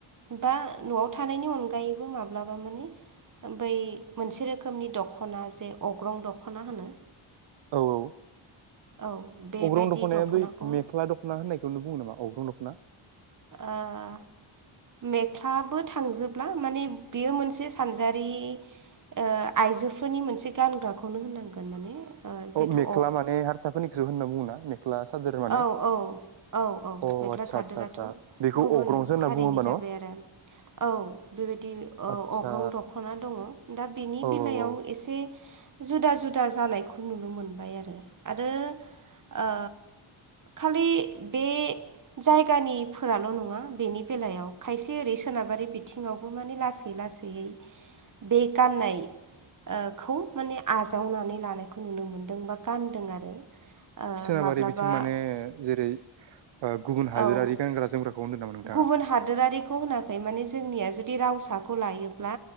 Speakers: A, on the right; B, on the right.
A: बा न'आव थानायनि अनगायैबो माब्लाबा माने। बै मोनसे रोखोमनि दख'ना जे अग्रं दख'ना होनो।
B: औ-औ।
A: औ बेबायदि
B: अग्रं दख'नाया
A: दख'नाखौ
B: बै मेख्ला दख'ना होननायखौनो बुङो नामा अग्रं दख'ना?
A: ओ। मेख्लाबो थांजोबला माने बेयो मोनसे सानजारि। ओ आइजोफोरनि मोनसे गानग्रा खौनो होननांगोन माने। ओ जिहेतु
B: अ मेख्ला माने हारसाफोरनिखौसो होनना बुङोना मेख्ला? सादोर माने
A: औ-औ-औ-औ
B: अ
A: मेख्ला
B: आदसा
A: सादोराथ'
B: आदसा आदसा बेखौ
A: गुबुन
B: अग्रंसो होनना
A: हारिनि
B: बुङो होमबा न'
A: जाबाय आरो। औ बेबायदि ओ
B: आदसा
A: अग्रं दख'ना दङ' दा बेनि
B: औ
A: बेलायाव
B: औ औ
A: एसे। जुदा-जुदा जानायखौ नुनो मोनबाय आरो-आरो ओ। खालि बे जायगानिफोराल' नङा बेनि बेलायाव खायसे ओरै। सोनाबारि बिथिङावबो माने लासै-लासैैयै बे गाननाय। ओ खौ माने आजावनानै लानायखौ नुनो मोनदों बा गानदों आरो। ओ
B: सोनाबारि
A: माब्लाबा
B: बिथिं माने जेरै-ओ गुबुन हादोरारि
A: औ
B: गानग्रा जोमग्राखौ। नामा नोंथाङा?
A: गुबुन हादोरारिखौ होनाखै माने जोंनिया जुदि रावसाखौ लायोब्ला।